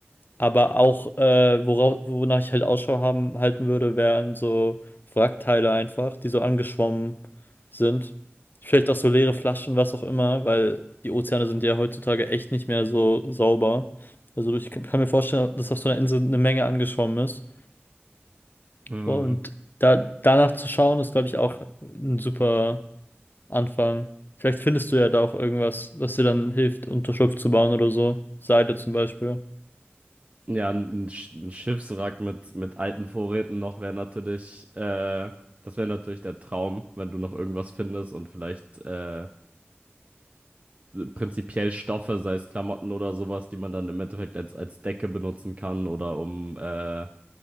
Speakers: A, on the left; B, on the right.
A: Aber auch, äh, worauf, wonach ich halt Ausschau haben, halten würde, wären so Wrackteile einfach, die so angeschwommen sind. Vielleicht auch so leere Flaschen, was auch immer, weil die Ozeane sind ja heutzutage echt nicht mehr so sauber. Also ich kann kann mir vorstellen, dass auf so einer Insel eine Menge angeschwommen ist.
B: Mhm.
A: Und da, danach zu schauen, ist, glaube ich, auch ein super Anfang. Vielleicht findest du ja da auch irgendwas, was dir dann hilft, Unterschlupf zu bauen oder so. Seide zum Beispiel.
B: Ja, ein, Sch- ein Schiffswrack mit, mit alten Vorräten noch wäre natürlich, äh, das wäre natürlich der Traum, wenn du noch irgendwas findest und vielleicht äh, prinzipiell Stoffe, sei es Klamotten oder sowas, die man dann im Endeffekt als, als Decke benutzen kann oder um, äh,